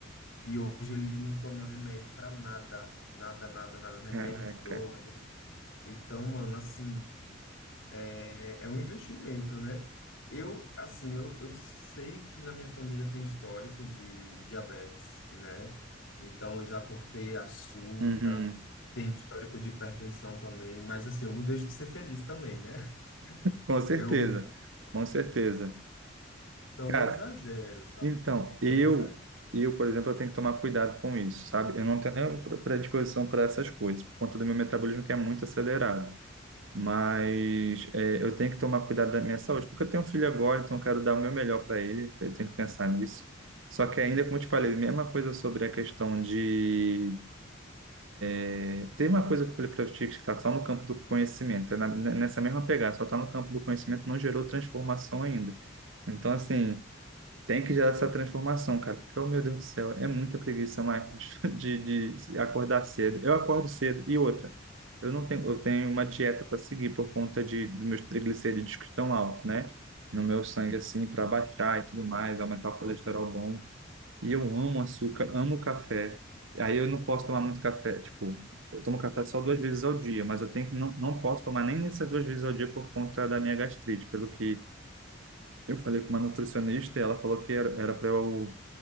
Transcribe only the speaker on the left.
E hoje ele não toma remédio pra nada. Nada, nada, nada. Remédio
de dor. né? Então, mano, assim. É, é um investimento, né? Eu, assim, eu, eu sei que na minha família tem histórico de diabetes, né? Então, eu já cortei açúcar,
tem histórico de hipertensão também, mas assim, eu não deixo de ser feliz também, né?
Eu
só
não exagero, sabe?
Só
não exagero.